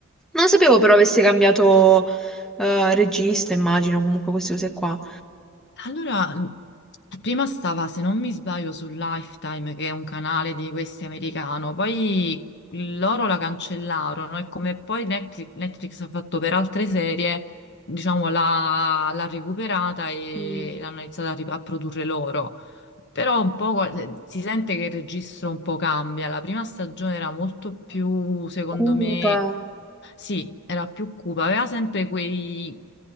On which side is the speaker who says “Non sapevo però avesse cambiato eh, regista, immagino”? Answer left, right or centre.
Centre